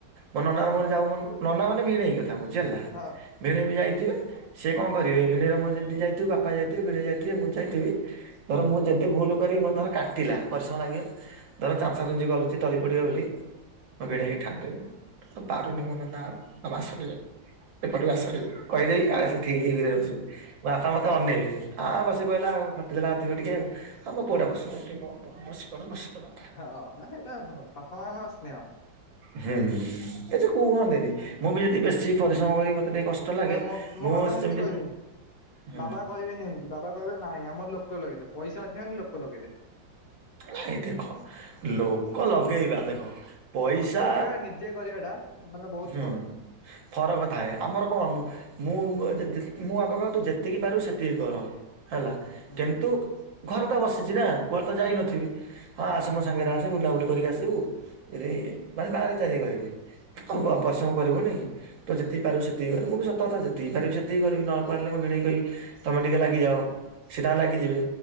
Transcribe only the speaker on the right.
ମୋ ନନାର
ମୋର ଯାଉ ମନ ନନା ମାନେ ଭିଣେଇ କଥା କହୁଚି ହେଲା।
ଭିଣେଇ ବି ଯାଇଥିବେ। ସିଏ କଣ କରିବେ ଭିଣେଇ ର ମୋର ଯଦି ଯାଇଥିବୁ ବାପା ଯାଇଥିବେ ଭିଣେଇ ଯାଇଥିବେ ମୁଁ ଯାଇଥିବି। ଧର
ମୁଁ ଯଦି ଭୁଲ କରିବି ଧର କାଟିଲା ପରିଶ୍ରମ ଲାଗିବ ଧର
ଚାଞ୍ଚା ଚୁଞ୍ଚି କରି ତଳି ପଡିବ ବୋଲି
ମୋ ଭିଣେଇକି ଠାରିଦେଵି ପାରୁନି ମ ନନା ଆଉ ତମେ ଆସଟିକେ। ଏପଟକୁ ଆସ ଟିକେ କହିଦେଇ ଆସେ ଠିକ୍ ରେ ବସେ ମୋ ବାପା ମତେ ଅନେଇବେ ଆଁ ବସି ପହିଲା ଆଉ ଖଟିଲା ଅଧିକ ଟିକେ ଆଉ ଆ ମୋ ପୁଅ ଟା ବସିି ପଡ଼ିଥିବ ବସିପଡ଼ ବସିପଡ଼।
ହେ କିଛି କୁହନ୍ତିନି ମୁଁ ବି ଯଦି ବେଶୀ ପରିଶ୍ରମ କରିଵି ମତେ ଟିକେ କଷ୍ଟ ଲାଗେ
ମୁଁ
ସେମିତି
ହୁଁ
ହେଇ ଦେଖ ଲୋକ ଲଗେଇବା ଦେଖ ପଇସା
ହୁଁ
ଫରକ ଥାଏ ଆମର କଣ ମୁଁ ମୁଁ ବାପା କହିବ ତୁ ଯେତିକି ପାରିବୁ ସେତିକି କର। ହେଲା
କିନ୍ତୁ ଘରେ ତ ବସିଛି ନା କୁଆଡେ ତ ଯାଇନଥିବି ହଁ ଆସେ ମୋ ସାଙ୍ଗରେ ଆ ଜେ ବୁଲାବୁଲି କରିକି ଆସିବୁ ଇରେ ବାଆଁରେଇ ଚାଆଁରେଇ କହିବି। ଆଉ
କୁ ପରିଶ୍ରମ କରିବୁନି ତୁ ଯେତିକି ପାରିବୁ ସେତିକି କରିବୁ ମୂଁ କହିଲି ସତ କଥା ଯେତିକି ପାରିବି ସେତିକି କରିବି ନ ନପାରିଲେ ମୁଁ ଭିଣେଇ
କହିବି ତମେ ଟିକେ ଲାଗିଯଅ ସେ ତାଙ୍କର ଲାଗିଯିବେ।